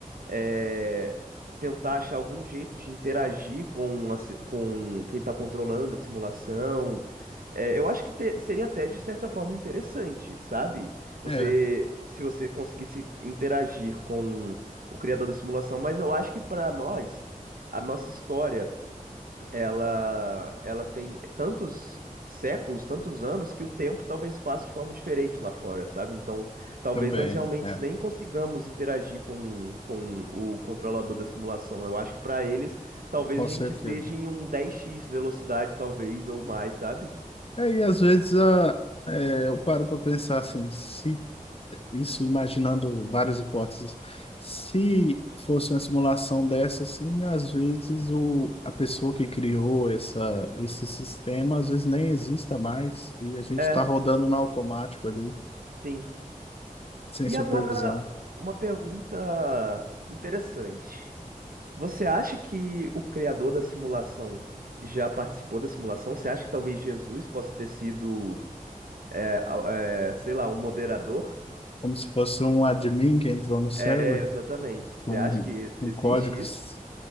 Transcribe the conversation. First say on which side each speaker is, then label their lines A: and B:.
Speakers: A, on the right (about 80°); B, on the left (about 40°).
A: é, tentar achar algum jeito de interagir com, a ci- com quem está controlando a simulação. É, eu acho que te- seria até de certa forma interessante, sabe? Você,
B: É,
A: se você conseguisse interagir com o criador da simulação, mas eu acho que para nós, a nossa história, ela, ela tem tantos séculos, tantos anos que o tempo talvez passe de forma diferente lá fora, sabe? Então, talvez
B: também,
A: nós realmente
B: é,
A: nem consigamos interagir com, com o controlador da simulação. Eu acho que para eles, talvez
B: com
A: a gente
B: certeza.
A: esteja em um 10x velocidade, talvez ou mais, sabe?
B: É, e às vezes a, é, eu paro para pensar assim, se isso imaginando várias hipóteses, se fosse uma simulação dessa, assim, às vezes o, a pessoa que criou essa, esse sistema, às vezes nem exista mais e a gente
A: É,
B: está rodando no automático ali.
A: sim.
B: sem
A: E
B: supervisão.
A: agora, uma pergunta interessante. Você acha que o criador da simulação já participou da simulação? Você acha que talvez Jesus possa ter sido, é, a- é, sei lá, um moderador?
B: Como se fosse um admin que entrou no server
A: É, exatamente. Você
B: com,
A: acha que
B: com
A: existe
B: códigos.
A: isso?